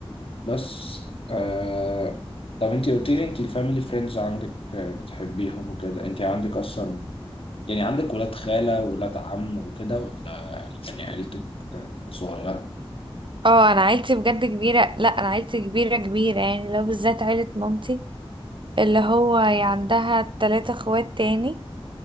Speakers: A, on the left (about 65°); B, on the right (about 55°).
A: بس آه... طب انت قلت لي انت الفاميلي فريندز عندك آه، بتحبيهم وكده انت عندك اصلا يعني عندك ولاد خالة ولاد عم وكده ولا يعني عيلتك صغيرة
B: اه انا عيلتي بجد كبيرة لا انا عيلتي كبيرة كبيرة يعني لو بالذات عيلة مامتي اللي هو هي عندها تلاتة اخوات تاني